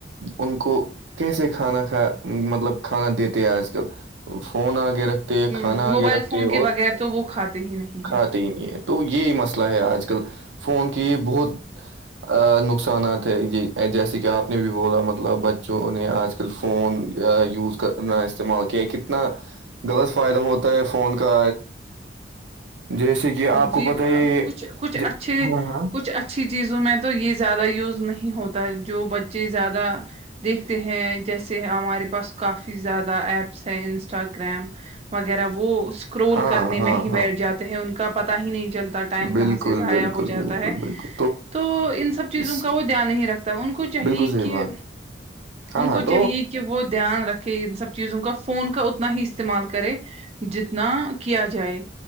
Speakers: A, on the right; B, on the right.
A: ان کو کیسے کھانا کھا مطلب کھانا دیتے ہیں آج کل فون آ آگے رکھتے
B: ہوں
A: کھانا آگے
B: موبائل
A: رکھتے
B: فون کے
A: اور
B: بغیر تو وہ کھاتے ہی نہیں ہیں
A: کھاتے ہی نہیں ہے تو یہی مسئلہ ہے آج کل فون کی بہت ا نقصانات ہے یہ جیسے کہ آپ نے بھی بولا مطلب جو انہیں آج کل فون یوز کرنا استعمال کیا ہے کتنا غلط فائدہ ہوتا ہے فون کا جیسے کہ آپ کو
B: جی
A: پت ہے
B: کچھ کچھ
A: ج-
B: اچھے
A: ہاں ہاں
B: کچھ اچھ اچھی چیزوں میں تو یہ زیادہ یوز نہیں ہوتا ہے جو بچے زیادہ دیکھتے ہیں جیسے ہمارے پاس کافی زیادہ ایپس ہیں انسٹاگرام وغیرہ وہ اسکرول
A: ہاں
B: کرنے
A: ہاں
B: میں ہی
A: ہاں
B: بیٹھ جاتے ہیں ان کا پتا ہی نہیں چلتا ٹائم
A: بالکل
B: کہاں سے ضائع
A: بالکل
B: ہو جاتا
A: بالکل
B: ہے
A: بالکل
B: تو ان سب چیزوں
A: اس
B: کا وہ دھیان نہیں رکھتا تو ان کو چاہیے
A: بالکل صحیح
B: کہ
A: بات ہاں
B: ان کو
A: ہاں تو
B: چاہیے کہ وہ دھیان رکھے ان سب چیزوں کا فون کا اتنا ہی استعمال کرے جتنا کیا جائے